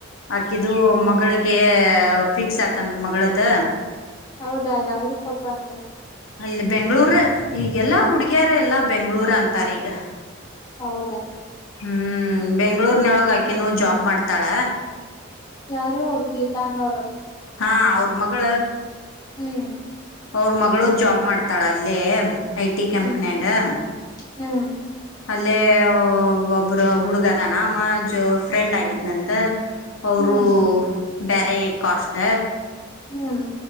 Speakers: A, on the left; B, on the left.
A: ಆಕಿದು ಮಗಳಿಗೆ ಫಿಕ್ಸ್ ಆತಂದ ಮಗಳದ.
B: ಹೌದಯಾ ಯಾವಊರಿಗೆ ಕೊಟ್ರಂತೆ?
A: ಅಲ್ಲಿ ಬೆಂಗ್ಳೂರ ಈಗೆಲ್ಲಾ ಹುಡುಗಿಯರ ಎಲ್ಲಾ ಬೆಂಗ್ಳೂರ ಅಂತಾರ ಈಗ.
B: ಹೌದಾ
A: ಹ್ಮ್ ಬೆಂಗ್ಳೂರ್ನೊಳಗ ಆಕೆ ನ ಜಾಬ್ ಮಾಡ್ತಾಳ.
B: ಯಾರು ಅವರು ಗೀತಾ ಅನ್ನೋರು?
A: ಹಾ ಅವ್ರ ಮಗಳು
B: ಹ್ಮ್
A: ಅವ್ರ ಮಗಳು ಜಾಬ್ ಮಾಡ್ತಾಳ ಅಲ್ಲೇ ಐ ಟಿ ಕಂಪನಿಯಾಗ
B: ಹ್ಮ್ ಹ್ಮ್
A: ಅ ಒಬ್ಬ್ರ ಹುಡುಗ ನ ಮಜ ಫ್ರೆಂಡ್ ಆಗಿದ್ನಂತ ಅವರು
B: ಹ್ಮ್
A: ಬೇರೆ ಕಷ್ಟ
B: ಹ್ಮ್